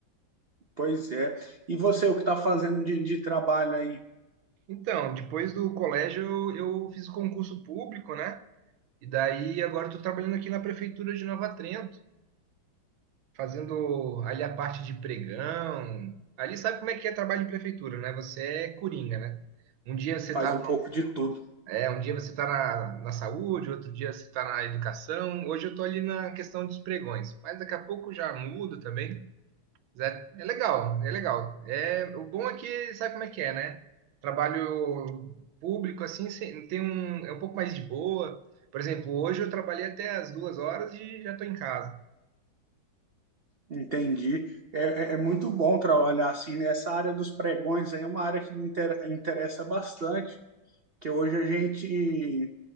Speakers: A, on the right; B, on the right.
A: Pois é. E você, o que está fazendo de, de trabalho aí?
B: Então, depois do colégio eu, eu fiz o concurso público, né? E daí agora estou trabalhando aqui na prefeitura de Nova Trento, fazendo ali a parte de pregão. Ali sabe como é que é trabalho de prefeitura, né? Você é coringa, né? Um dia você
A: Faz
B: tá
A: um pouco de tudo.
B: É, um dia você está na, na saúde, outro dia você está na educação. Hoje eu estou ali na questão dos pregões, mas daqui a pouco já mudo também. Mas É, é legal, é legal. É, o bom é que sabe como é que é, né? Trabalho público assim se- tem um, é um pouco mais de boa. Por exemplo, hoje eu trabalhei até as duas horas e já estou em casa.
A: Entendi. É, é- é muito bom trabalhar assim, né? Essa área dos pregões aí é uma área que me inter- interessa bastante. que hoje a gente